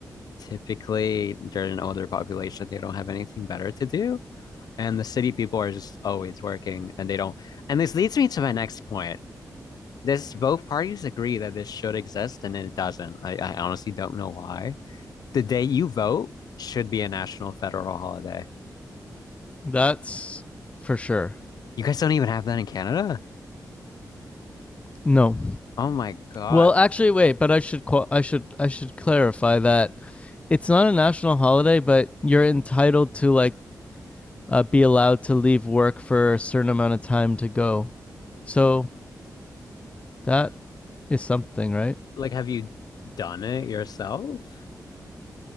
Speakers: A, on the left; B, on the left.
A: typically they're an older population. They don't have anything better to do. And the city people are just always working and they don't. And this leads me to my next point. This both parties agree that this should exist and it doesn't. I, I honestly don't know why. The day you vote should be a national federal holiday.
B: That's for sure.
A: You guys don't even have that in Canada?
B: No.
A: Oh my God.
B: Well, actually, wait. But I should qua I should I should clarify that it's not a national holiday, but you're entitled to like uh, be allowed to leave work for a certain amount of time to go. So that is something, right?
A: Like, have you done it yourself?